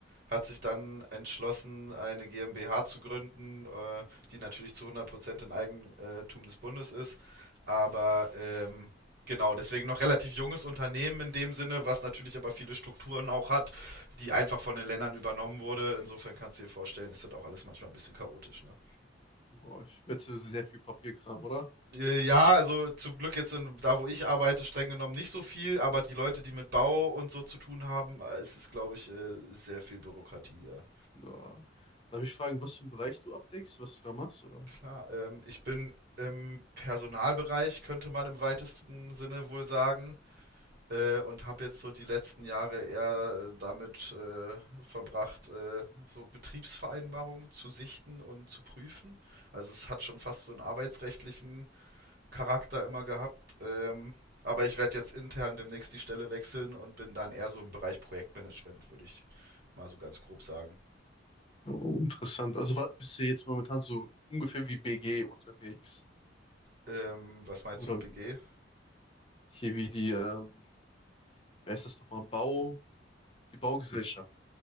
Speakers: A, on the right; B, on the left.
A: hat sich dann entschlossen, eine GmbH zu gründen, äh, die natürlich zu 100% in Eigentum des Bundes ist. Aber ähm, genau, deswegen noch relativ junges Unternehmen in dem Sinne, was natürlich aber viele Strukturen auch hat, die einfach von den Ländern übernommen wurde. Insofern kannst du dir vorstellen, ist das auch alles manchmal ein bisschen chaotisch. Ne?
B: Boah, ich wette, sehr viel Papierkram, oder?
A: Äh, ja, also zum Glück jetzt in, da, wo ich arbeite, streng genommen nicht so viel, aber die Leute, die mit Bau und so zu tun haben, äh, es ist, glaube ich, äh, sehr viel Bürokratie, ja.
B: Ja. Darf ich fragen, was für einen Bereich du abdeckst, was du da machst, oder?
A: Klar, ähm, ich bin im Personalbereich, könnte man im weitesten Sinne wohl sagen, äh, und habe jetzt so die letzten Jahre eher äh, damit äh, verbracht, äh, so Betriebsvereinbarungen zu sichten und zu prüfen. Also es hat schon fast so einen arbeitsrechtlichen Charakter immer gehabt. Ähm, aber ich werde jetzt intern demnächst die Stelle wechseln und bin dann eher so im Bereich Projektmanagement, würde ich mal so ganz grob sagen.
B: Oh, interessant. Also wa- bist du jetzt momentan so ungefähr wie BG unterwegs?
A: Ähm, was meinst
B: Oder
A: du, BG?
B: hier wie die, ähm, wie heißt das nochmal, Bau, die Baugesellschaft.